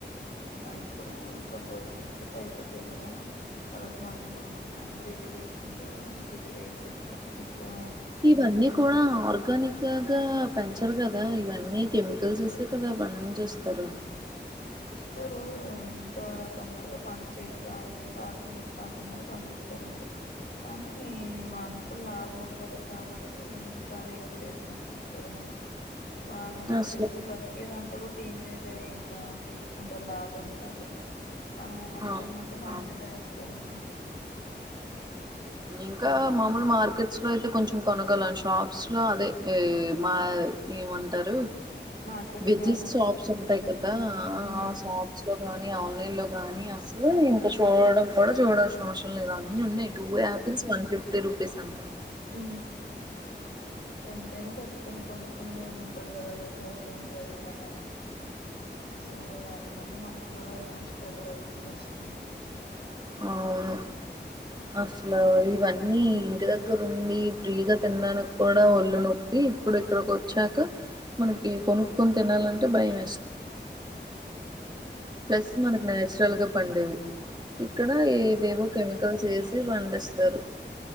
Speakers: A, on the left (about 60°); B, on the right (about 25°).
A: అవి కూడా కొన్ని రోజులు అయిపోతే అయిపోతాయి కదా తర్వాత మళ్ళీ అందరుూ ఇవే తీసుకుంటారుని మకు ఇవే రేట్స్ ఎక్కువ ఎక్కువ
B: ఇవన్నీ కూడాడా ఆర్గనిక్గా పెంచరు కదా ఇవన్నీ కెమికల్స్ వే కదా పండించేస్తారు
A: ఇతరు ఎంత తొందరగా పంట చేతి కావాలింటే ఆర్గానిక్ కాకుండానే పండిస్తారు మరి కానీ వాళ్ళకి కూడా లాభం ఉండాలి కాబట్టి చాలా ఎక్కువరేట్గానే అతారు మరి వాళ్ళు నాకు
B: అసలు
A: తెలుసు బ్రతికేదంత దీని మీదే ఇంకా తీసుకుంటారు లాభాన్ని కాబట్టి ఆ నష్టాన్నంతా
B: అవునా!
A: మన మీద వేస్తారనమాట
B: ఇంకా మామూలు మార్కెట్స్ లో అయితే కొంచెం కొనగలం షాప్స్ లో అదే మా ఏమంటారు
A: మార్కెటింగ్
B: వెజెస్
A: యాప్స్
B: సాప్స్
A: మ్మ్
B: ఉంటాయి కదా
A: మ్మ్
B: ఆ సాప్స్ లో కాగాని ఆన్లైన్ లో కాగానీ అసలు ఇంత చూడడం కూడా చూడవచ్చు సమస్యలు లేదా అన్ని ఉన్నాయి two apples one fifty rupee సంత
A: ఉ ఎంతైనా పెట్ కొన్ని కొనుక్కునే వాళ్ళు ఉంటారు కదా. లై ఐటీ ఎంప్లాయస్గానీ అ సో వాళ్ళ వల్ల మనం కూడా స్ట్రబుల్ అవ్వల్ వస్తుంది
B: అవును. అసలు ఇవన్నీ. ఇంటి దగ్గరు ఉండి. ఫ్రీగా తినడానికి కూడా ఒళ్ళు నొప్పి. ఇప్పుడు ఇక్కడికి వచ్చాక. మనకి కొనుక్కొని తినాలంటే భయం వేస్త ప్లస్ మనకు నాచురల్గా. పండువి. ఇక్కడ
A: న్యాచురల్గా
B: ఏ వేవో కెమి
A: పండు
B: పండిస్తారు.